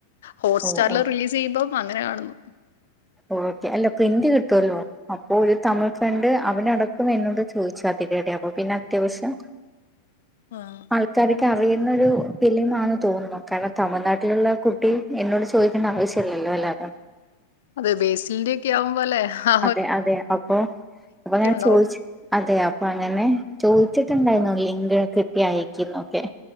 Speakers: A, on the left; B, in the centre.
A: ഹോട്സ്റ്റാറില്
B: ഓ ഓ
A: റിലീസ് ചെയ്യുമ്പം അങ്ങനെ കാണുന്നു.
B: ഓക്കെ അല്ല പ്രിന്റ് കിട്ടുവല്ലോ. അപ്പൊ ഒരു തമിഴ് ഫ്രണ്ട് അവനടക്കും എന്നോട് ചോദിച്ചു അതിരടി അപ്പൊ പിന്നെ അത്യാവശ്യം.
A: ആഹ്.
B: ആൾക്കാര്ക്ക് അറിയുന്നൊരു ഫിലിം ആണ് തോന്നുന്നു കാരണം തമിഴ്നാട്ടിലുള്ള കുട്ടി. എന്നോട് ചോദിക്കേണ്ട ആവശ്യല്ലല്ലോ അല്ലെ അപ്പം
A: അതെ ബേസിൽന്റെക്കെ ആകുമ്പോലെ ആഹ്.
B: അതെ അതെ. അപ്പൊ ഇപ്പൊഞാൻ
A: ഉണ്ടാവും
B: ചോയ്ച്ച്. അതെ അപ്പൊ അങ്ങനെ ചോദിച്ചിട്ടുണ്ടായിരുന്നു. ലിങ്ക് കിട്ടി അയക്കുന്നൊക്കെ.